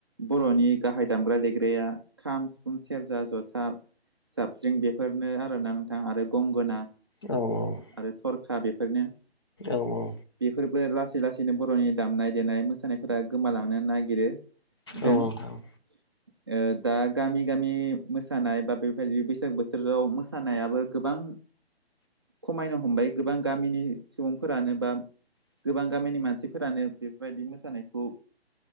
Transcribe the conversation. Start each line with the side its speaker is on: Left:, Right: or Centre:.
Right: बर'नि गाहाय दामग्रा देग्राया खाम सिफुं सेरजा जथा जाबस्रिं बेफोरनो आरोना नोंथां आरो गंगोना।
Left: औ औ।
Right: आरो थरखा बेफोरनो।
Left: औ औ।
Right: बेफोरबो लासै लासैनो बर'नि दामनाय देनाय मोसानायफोरा गोमालांनो नागिरो। दों
Left: औ नोंथां।
Right: <inaudible> ओ दा गामि गामि मोसानाय बा बेबायदि बैसाग बोथोराव मोसानायाबो गोबां खमायनो हमबाय गोबां गामिनि सुबुंफोरानो बा गोबां गामिनि मानसिफोरानो बेफोरबायदि मोसानायखौ।